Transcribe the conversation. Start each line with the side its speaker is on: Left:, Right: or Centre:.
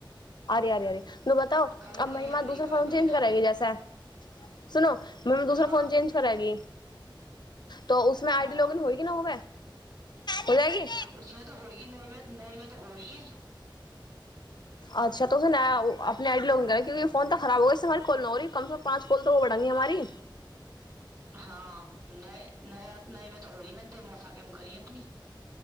Left: अरे अरे अरे तू बताो
Right: कभी
Left: अब
Right: कभी
Left: महिमा
Right: आ रही
Left: दूसरा
Right: कभी
Left: फॉर्म
Right: कभी
Left: चेंज
Right: ना आती
Left: करेगी जैसा सुनो। म दूसरा
Right: हाँ
Left: फोन चेंज करैगी। तऽ उसमे
Right: हाँ
Left: आई डी लॉग इन होएगी न होबे? होजाएगी
Right: उसमें तो होगी नई में नई में तो हो रही है
Left: अच्छा तो अपने आइडी लाॅगिन करै क्यकि फोन त खराब जा कल नहि हो कम से कम पाँच कोल त बढ़ंगी हमारी
Right: हँ नहि नया नमे तऽ होल मे त मौसा कम करी अपनी <inaudible>